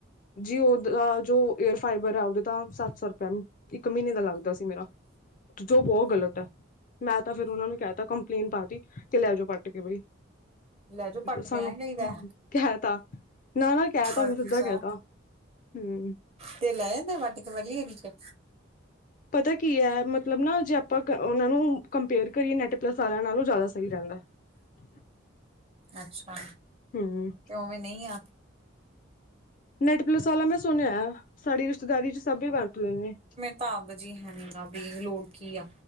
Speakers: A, on the left; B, on the right.
A: ਜੀਓ ਦਾ ਜੋ ਏਅਰ ਫਾਈਬਰ ਹੈ ਉਹਦੇ ਤਾਂ ਸੱਤ ਸੌ ਰੁਪਈਆ ਮਹੀਨਾ! ਇੱਕ ਮਹੀਨੇ ਦਾ ਲੱਗਦਾ ਸੀ ਮੇਰਾ, ਜੋ ਬਹੁਤ ਗ਼ਲਤ ਹੈ। ਮੈਂ ਤਾਂ ਫਿਰ ਉਹਨਾਂ ਨੂੰ ਕਹਿਤਾ ਕੰਪਲੇਂਨ ਪਾਤੀ, ਕਿ ਲੈ ਜਾਓ ਪੱਟ ਕੇ ਬਈ।
B: ਲੈ ਜਾਓ ਪੱਟ
A: ਸਾਨੂੰ
B: ਕੇ ਐ ਕਹੀਦਾ
A: ਕਹਿ ਤਾ, ਨਾ ਨਾ ਕਹਿਤਾ ਮੈਂ
B: ਅੱਛਾ
A: ਸਿੱਧਾ ਕਹਿਤਾ। ਹਮ।
B: ਤੇ ਲੈ ਮੈਂ ਵੱਟ ਕੇ ਪਹਿਲੀ ਵਾਰੀ 'ਚ।
A: ਪਤਾ ਕੀ ਹੈ ਮਤਲਬ ਨਾ ਜੇ ਆਪਾਂ ਉਹਨਾਂ ਨੂੰ ਕੰਪੇਅਰ ਕਰੀਏ ਨੈਟ ਪਲਸਿਆਂ ਨਾਲੋਂ ਜ਼ਿਆਦਾ ਸਹੀ ਰਹਿੰਦਾ ਹੈ। ਹਮ।
B: ਅੱਛਾ,
A: ਹੂੰ।
B: ਤੇ ਉਵੇਂ ਨਹੀਂ ਆ
A: ਨੈਟਪਲਸ ਵਾਲਾ ਮੈਂ ਸੁਣਿਆ, ਸਾਡੀ ਰਿਸ਼ਤੇਦਾਰੀ 'ਚ ਸਭ ਹੀ ਵਰਤਦੇ ਨੇ।
B: ਤਾਬਦ ਜੀ ਹੈਨੀ ਆ ਵੀ ਲੋੜ ਕੀ ਆ,